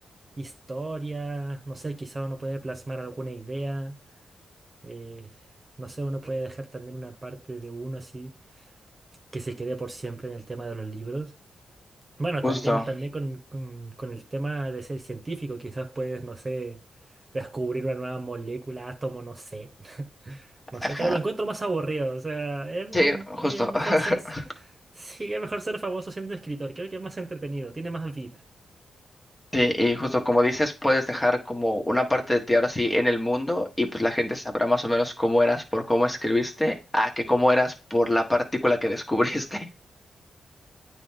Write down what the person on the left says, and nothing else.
Justo.
Ajá.
Sí, justo.
<laughs>
Sí, y justo como dices, puedes dejar como una parte de ti ahora sí en el mundo y pues la gente sabrá más o menos cómo eras por cómo escribiste a que cómo eras por la partícula que descubriste. <laughs>